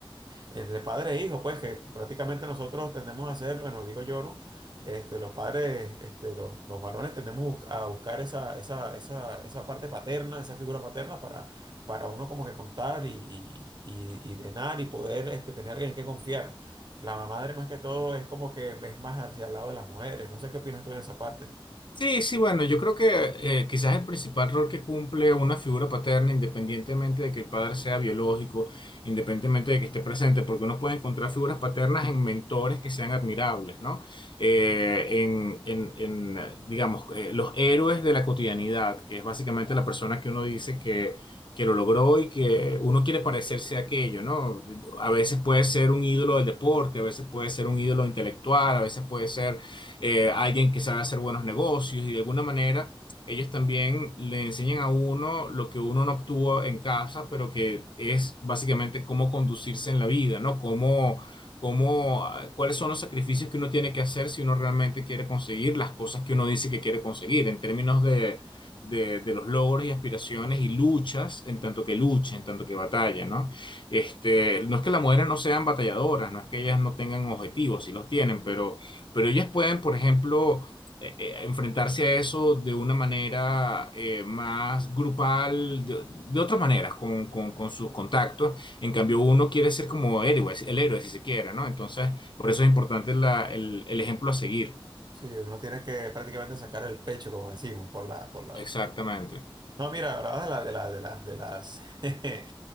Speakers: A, on the right; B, on the left.
A: entre padre e hijo, pues que prácticamente nosotros tendemos a hacerlo, bueno, digo yo, ¿no? Este, los padres, este, los, los varones tendemos bus- a buscar esa, esa, esa, esa parte paterna, esa figura paterna para, para uno como que contar y, y, y- y drenar y poder este, tener alguien en que confiar. La madre más que todo es como que es más hacia el lado de las mujeres. No sé qué opinas tú en esa parte.
B: Sí, sí, bueno, yo creo que eh, quizás el principal rol que cumple una figura paterna, independientemente de que el padre sea biológico, independientemente de que esté presente, porque uno puede encontrar figuras paternas en mentores que sean admirables, ¿no? Eh, en, en- en, eh, digamos, eh, los héroes de la cotidianidad, que es básicamente la persona que uno dice que, que lo logró y que uno quiere parecerse a aquello, ¿no? A veces puede ser un ídolo del deporte, a veces puede ser un ídolo intelectual, a veces puede ser eh, alguien que sabe hacer buenos negocios y de alguna manera ellos también le enseñan a uno lo que uno no obtuvo en casa, pero que es básicamente cómo conducirse en la vida, ¿no? Cómo, cómo, ah, cuáles son los sacrificios que uno tiene que hacer si uno realmente quiere conseguir las cosas que uno dice que quiere conseguir en términos de... De, de los logros y aspiraciones y luchas, en tanto que lucha, en tanto que batalla, ¿no? Este, no es que las mujeres no sean batalladoras, no es que ellas no tengan objetivos, sí los tienen, pero pero ellas pueden, por ejemplo, eh, eh, enfrentarse a eso de una manera eh, más grupal, de, de otras maneras, con, con- con sus contactos. En cambio, uno quiere ser como héroe, el héroe, si se quiere, ¿no? Entonces, por eso es importante la- el, el ejemplo a seguir.
A: Sí, uno tiene que prácticamente sacar el pecho, como decimos, por la, por la,
B: Exactamente.
A: No, mira, hablabas de la, de la, de la- de las, <laughs> de